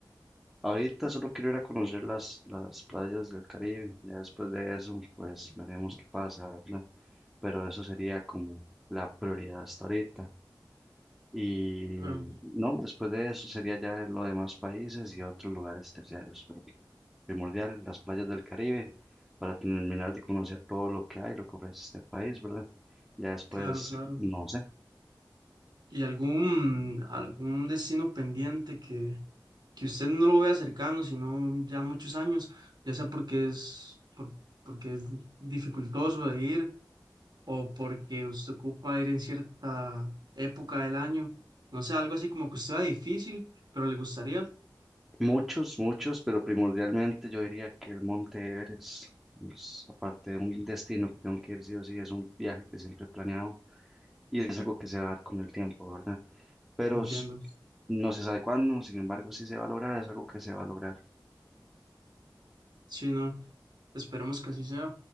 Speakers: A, in the centre; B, on the right.
A: Ahorita solo quiero ir a conocer las, las playas del Caribe. Ya después de eso, pues veremos qué pasa, ¿verdad? Pero eso sería como la prioridad hasta ahorita. Y
B: Claro,
A: no, después de eso sería ya los demás países y otros lugares terciarios. Pero primordial, las playas del Caribe, para terminar de conocer todo lo que hay, lo que ofrece este país, ¿verdad? Ya después,
B: claro, claro.
A: no sé.
B: ¿Y algún, algún destino pendiente que, que usted no lo vea cercano, sino ya muchos años, ya sea porque es, por- porque es dificultoso de ir o porque usted ocupa ir en cierta época del año? No sé, algo así como que usted sea difícil, pero le gustaría.
A: Muchos, muchos, pero primordialmente yo diría que el Monte Everest es, aparte de un destino que tengo que ir sí o sí, es un viaje que siempre he planeado y es algo que se va a dar con el tiempo, ¿verdad? Pero
B: Entiendo.
A: s- no se sabe cuándo, sin embargo, sí se va a lograr, es algo que se va a lograr.
B: Sí, no, esperemos que así sea.